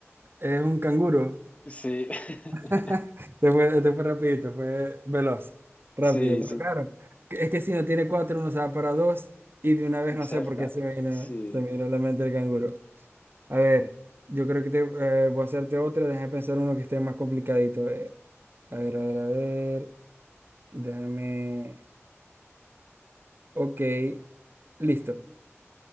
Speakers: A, on the right; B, on the left.
A: Es un canguro.
B: sí, <laughs>
A: <laughs> Te fue, te fue rapidito, fue veloz, rápido.
B: sí,
A: Pero
B: sí.
A: claro, es que si no tiene cuatro, uno se va para dos y de una vez
B: Y
A: no
B: salta,
A: sé por qué se me vino,
B: sí.
A: se me vino a la mente el canguro. A ver, yo creo que te, eh, voy a hacerte otra, déjame pensar uno que esté más complicadito. A ver, a ver, a ver, a ver, déjame... Ok, listo.